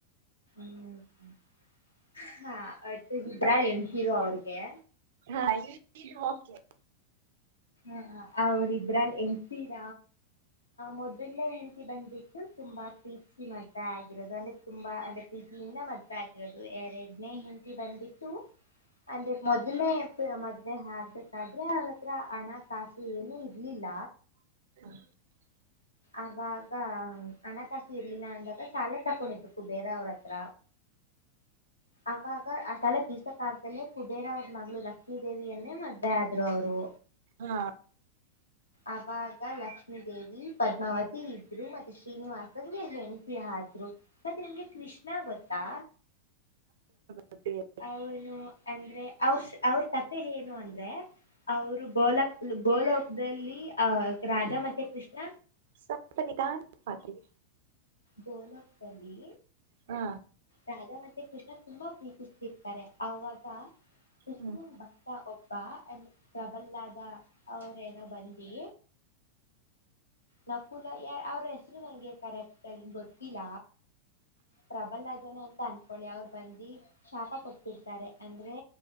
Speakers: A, on the left; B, on the right.
A: <inaudible> ಆ ಬಟ್ ಹೀರೋ ಇಬ್ರಾಹಿಂ ಅವರಿಗೆ ಏ
B: ಆ ಈಗ ಓಕೆ
A: ಆ ಆ ಇಬ್ರಾಹಿಂ. ಎತ್ತಿರ. ಮೊದಲಿಂದ ಹೆಂಡ್ತಿ ಬಂದ್ಬಿಟ್ಟು ತುಂಬಾ ಪ್ರೀತಿಸಿ ಮದ್ವೆ ಆಗಿರೋದು ಅಂದ್ರೆ ತುಂಬಾ ಪ್ರೀತಿಯಿಂದ ಮದ್ವೆ ಆಗಿರೋದು ಎರಡನೇ ಹೆಂಡ್ತಿ ಬಂದ್ಬಿತ್ತು ಅಂದ್ರೆ ಮೊದಲನೇ ಹೆಂಡ್ತಿ ಮತ್ತೆ ಆಗ್ಬೇಕಾದ್ರೆ ಅವ್ನ ಅತ್ರ. ಹಣಕಾಸು ಏನೂ ಇರ್ಲಿಲ್ಲ.
B: <unintelligible>
A: ಆಗಾಗ ಹಣಕಾಸು ಇರ್ಲಿಲ್ಲ ಅಂದ್ರೆ ಸಾಲ ತೊಗೊನೋದು ಬೇರೊರ್ ಅತ್ರ. ಆಗಾಗ ತಲೆ ಬಿಸಿಕಾಗ್ದೆ ಕುಬೇರ ಅವರ ಮಗಳು ಲಕ್ಷ್ಮಿ ದೇವಿಯನ್ನೇ ಮದ್ವೆ ಆದ್ರೂ. ಮದ್ವೆ ಆದ್ರೂ ಅವರು.
B: ಆ...
A: ಆವಾಗ ಲಕ್ಷ್ಮೀದೇವಿ. ಪದ್ಮಾವತಿ ಇಬ್ರೂನು ಮತೆ ಶ್ರೀನಿವಾಸನಿಗೆ ಹೆಂಡ್ತಿ ಆದ್ರೂ, ಮತೆ ಕೃಷ್ಣ ಗೊತ್ತಾ.
B: ಗೊತ್ತಿಲ್ಲ,
A: ಇವ್ನು ಅಂದ್ರೆ ಅವರ ಅವರ ಕತೆ ಏನು ಅಂದ್ರೆ. ಅವರು ಬೋಲಕ್ಕುಬ್ ಭೂ ಲೋಕದಲ್ಲಿ. ಅಹ್, ರಾಜ ಮತ್ತೇ ಕೃಷ್ಣ.
B: ಸಪ್ತ ಮಿತಾ ಖಾತೆಯ.
A: ಡೊಲಕಲ್ಲಿ
B: ಹಾ
A: ರಾಧ ಮತ್ತೆ ಕೃಷ್ಣ ತುಂಬ ಪ್ರೀತಿಸ್ತಿರ್ತಾರೆ ಅವಾಗ ಕೃಷ್ಣ
B: ಹ್ಮ್
A: ಭಕ್ತ ಒಬ್ಬ. <unintelligible> ತಬಲಾದ ಅವರೆ. ನಾ ಬಂದಿ ನಕುಲ ಯಾ ಅವರೆ ಹೆಸರೇ ನನಗೆ. <unintelligible> ನಂಗ್ ಗೊತ್ತಿಲ್ಲ ಪ್ರಬಲಗೆ ಅಂತನೆ ಅಂದುಕೊಳ್ಳಿ ಅವರು ಬಂದಿ ಶಾಪ ಕೊಟ್ಬಿಡ್ತಾರೆ ಅಂದರೆ